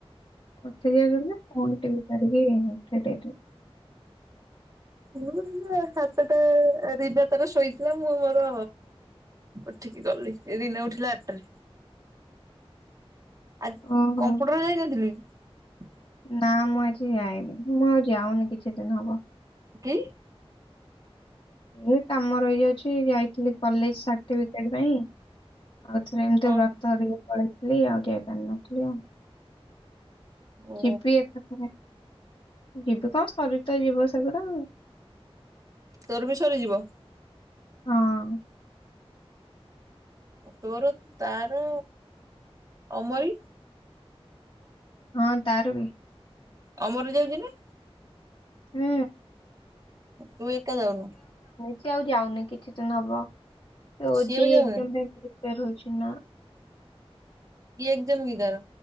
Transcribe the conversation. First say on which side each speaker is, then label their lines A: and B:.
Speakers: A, on the left; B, on the right.
A: ଉଠେଇ ଦେଇଥିଲେ ଫୁଣି ଟିପି ସାରିକି ଉଠେଇ ଦେଇଥିଲେ।
B: ମୁଁ ହାତଟା ରିନା ତାର ଶୋଇଥିଲା ମୁଁ ମୋର ଉଠିକି ଗଲି ଏଇ ଦିନେ ଉଠିଲା ଆଠଟରେ ଆଜି
A: ଓହୋ।
B: କମ୍ପୁଟର ଯାଇ ନଥିଲୁ କି?
A: ନା ମୁଁ ଆଜି ଯାଇନି ମୁଁ ଆଉ ଯାଉନି କିଛି ଦିନ ହବ।
B: କିି
A: ଏ କାମ ରହିଯାଉଛି ଯାଇଥିଲି କଲେଜ ସାର୍ଟିଫିକେଟ ପାଇଁ। ଆଉ ଥରେ ଏମିତି
B: ହଁ
A: ବ୍ରତ ହେରିକ ପଳେଇଥିଲି ଆଉ ଯାଇପାର ନଥିଲି ଆଉ।
B: ଓ
A: ଯିବି ଏକାଥରେ। ଯିବି କଣ ସରିତା ଯିବ ସେଗୁଡା
B: ତୋର ବି ସରିଯିବ।
A: ହଁ
B: ତୋର ତାର ଅମରି।
A: ହଁ ତାର ବି
B: ଅମର ଯାଉଛି ନା?
A: ହୁଁ।
B: ତୁ ଏକା ଯାଉନୁ।
A: ସେ ଆଉ ଯାଉନି କିଛି ଦିନ ହବ। ସେ ଓଜେଇ
B: ସିଏ ବି ଯାଉନି
A: ଏକ୍ଜାମ ପାଇଁ ପ୍ରିପେୟାର ହଉଛି ନା।
B: କି ଏକ୍ଜାମ କି ତାର?